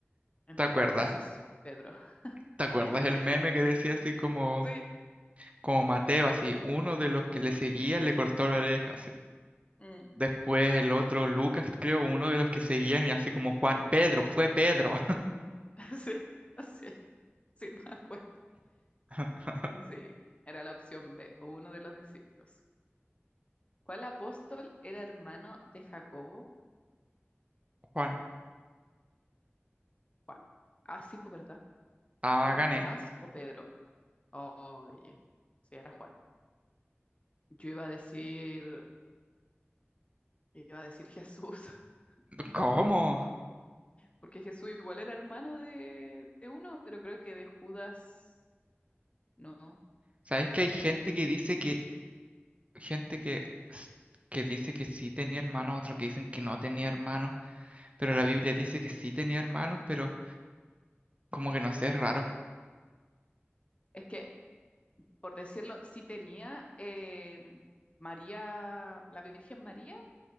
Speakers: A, on the left; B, on the right.
A: Entre
B: ¿Te acuerdas?
A: paréntesis, Pedro. <laughs>
B: ¿Te acuerdas
A: Él.
B: el meme que decía así como,
A: Sí,
B: como Mateo, así, uno de los que le seguía le cortó la oreja,
A: mm,
B: Después el otro, Lucas, creo, uno de los que seguían, y así como Juan, Pedro, fue Pedro.
A: <laughs> sí, sí, sí, me acuerdo.
B: <laughs>
A: Sí, era la opción B, uno de los discípulos. ¿Cuál apóstol era hermano de Jacobo?
B: Juan,
A: Juan. Ah, sí, pues verdad.
B: ah,
A: Juan,
B: gané.
A: Tomás o Pedro. Oye, sí, era Juan. Yo iba a decir, iba a decir Jesús, <laughs>
B: ¿Cómo?
A: porque Jesús igual era hermano de, de uno, pero creo que de Judas, no.
B: ¿Sabes que hay gente que dice que, gente que, s- que dice que sí tenía hermanos, otros que dicen que no tenía hermanos, pero la Biblia dice que sí tenía hermanos, pero como que no sé, es raro.
A: Es que, por decirlo, sí tenía eh, María, la Virgen María,